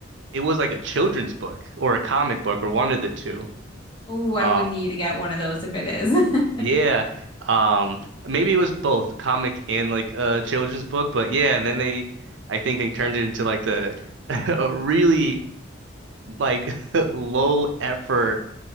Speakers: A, on the right; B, on the left.
A: it was like a children's book or a comic book or one of the two.
B: Oh, I
A: Um
B: would need to get one of those if it is. <laughs>
A: yeah. Um maybe it was both a comic and like a children's book, but yeah, and then they I think they turned it into like the <laughs> a really like <laughs> low effort